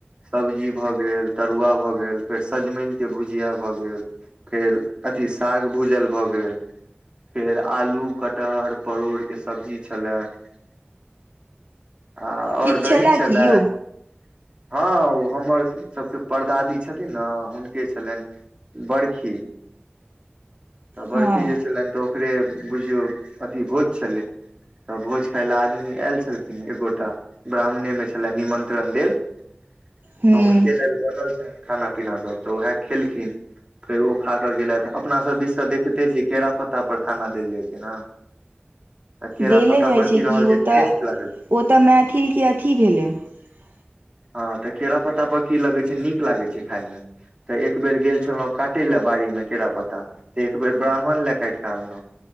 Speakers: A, on the right; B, on the right.
A: सब्जी भऽ गेल तरुआ भऽ गेल फेर सजमनिके भुजिया भऽ गेल फेर अथी साग भूजल भऽ गेल फेर आलू। कटहर परोड़के सब्जी छलय। <unintelligible> आ आओर
B: किछु
A: दही छलए।
B: की
A: <unintelligible>
B: यौ
A: हाँ उ हमर सब के परदादी छथिन ना, हुनके छलैन बड़खी। तऽ बरखी
B: हँ
A: जे छलैन तऽ ओ ओकरे बुझयो अथी भोज छलै, त भोज खाएले आदमी आएल छलखिन, एगो ब्राह्मणे मे छलै निमन। मत्रन्द। <unintelligible>
B: हूँ
A: त हुनके लेल बनल छनि। खाना पीना सभ तऽ उएह खेलखिन फेर ओ खा कऽ गेलथि अपना सभ दिस तऽ देखिते छियै केरा पत्ता परर खाना देल जाइत छै ने। <unintelligible> केरा
B: देले
A: पत्ता
B: जाइ
A: पर
B: छै
A: की
B: कि
A: रहल
B: ओ
A: जे
B: तऽ-
A: टेस्ट लागल
B: ओ तऽ मैथिल के अथी भेलै। <unintelligible>
A: हँ तऽ केरा पत्तापर की लगैत छै नीक लागैत छै खाायमे तऽ एक बेर गेल छलहुँ काटय लेल बाड़ीमे केरा पत्ता तऽ एक बेर ब्राह््मण लए काटि कऽ अनलहुँ